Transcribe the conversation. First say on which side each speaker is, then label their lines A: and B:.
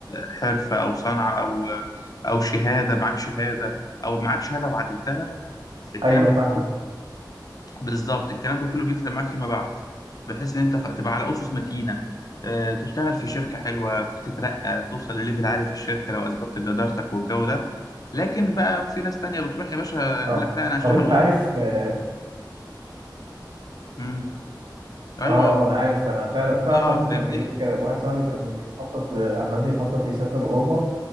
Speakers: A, on the left; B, on the right.
A: حرفه او صنعه او او شهاده معاك شهاده او معاك شهاده وعدلتها الكلام
B: ايوه
A: ده
B: فاهمك
A: كله بالظبط الكلام ده كله بيفرق معاك فيما بعد بحيث ان انت خ- تبقى على اسس متينه آه، تشتغل في شركه حلوه تترقى توصل لليفل عالي في الشركه لو اثبتت جدارتك والجو ده لكن بقى في ناس تانية بتروح يا باشا
B: اه
A: يقول لك لا انا هشتغل
B: طب انت
A: اوبر
B: عارف اه
A: امم
B: اه
A: ايوه
B: انا عارف انا فعلا في واحد
A: اه
B: صاحبي
A: فهمتني
B: كان بيقول لي كده واحد صاحبي كان بيخطط عمال بيخطط يسافر اوروبا